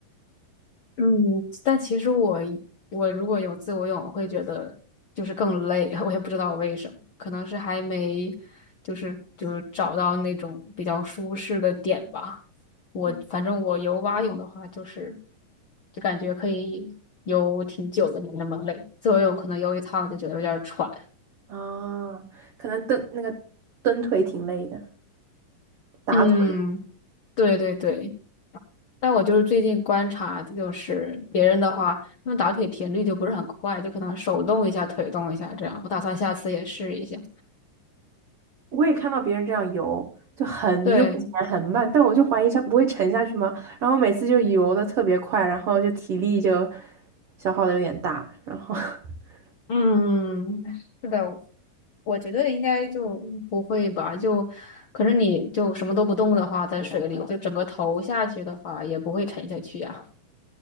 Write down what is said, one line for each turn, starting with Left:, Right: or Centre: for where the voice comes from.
Left: 嗯，但其实我我如果有自由泳，我会觉得就是更累，<laughs> 我也不知道为什么，可能是还没就是就是找到那种比较舒适的点吧。我反正我游蛙泳的话，
Right: 嗯，
Left: 就是就感觉可以游挺久的，没那么累。自由泳可能游一趟就觉得有点儿喘。
Right: 啊，可能蹬那个蹬腿挺累的，打腿。
Left: 嗯，对对对。但我就是最近观察，就是别人的话，他们打腿频率就不是很快，就可能手动一下，腿动一下这样。我打算下次也试一下。
Right: 我也看到别人这样游，就很悠闲很慢，
Left: 对，
Right: 但我就怀疑他不会沉下去吗？然后每次就游的特别快，然后就体力就消耗的有点大，然后 <laughs>
Left: 嗯，是的，我觉得应该就不会吧，就，可是你就什么都不动的话，在水里，就整个头下去的话，也不会沉下去呀。